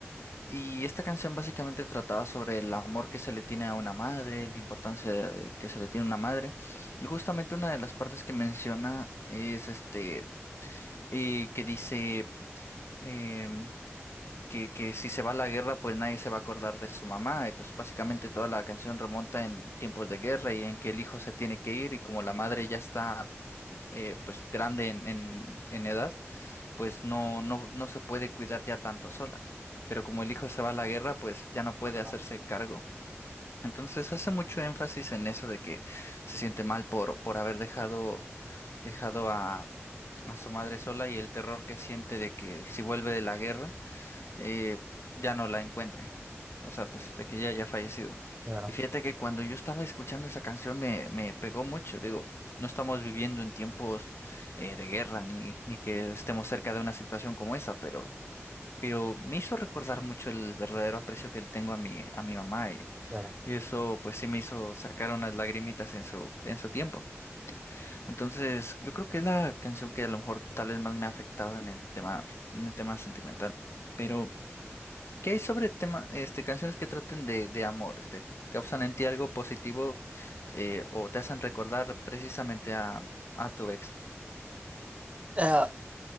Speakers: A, on the left; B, on the right.
A: Y esta canción básicamente trataba sobre el amor que se le tiene a una madre, la importancia de de que se le tiene a una madre. Y justamente una de las partes que menciona es este y que dice em, que, que si se va a la guerra, pues nadie se va a acordar de su mamá. Y pues básicamente toda la canción remonta en tiempos de guerra y en que el hijo se tiene que ir y como la madre ya está eh, pues grande en, en, en edad, pues no, no, no se puede cuidar ya tanto sola. Pero como el hijo se va a la guerra, pues ya no puede
B: Ah,
A: hacerse cargo. Entonces hace mucho énfasis en eso de que se siente mal por, por haber dejado dejado a, a su madre sola y el terror que siente de que si vuelve de la guerra, eh, ya no la encuentre. O sea, pues de que ella ya ha fallecido.
B: Claro,
A: Y fíjate que cuando yo estaba escuchando esa canción me, me pegó mucho. Digo, no estamos viviendo en tiempos eh, de guerra ni, ni que estemos cerca de una situación como esa, pero, pero me hizo recordar mucho el verdadero aprecio que le tengo a mi, a mi mamá y,
B: claro.
A: y eso pues sí me hizo sacar unas lagrimitas en su, en su tiempo. Entonces, yo creo que es la canción que a lo mejor tal vez más me ha afectado en el tema, en el tema sentimental. Pero, ¿qué hay sobre tema, este, canciones que traten de, de amor? Este, ¿causan en ti algo positivo eh, o te hacen recordar precisamente a, a tu ex?
B: Ah,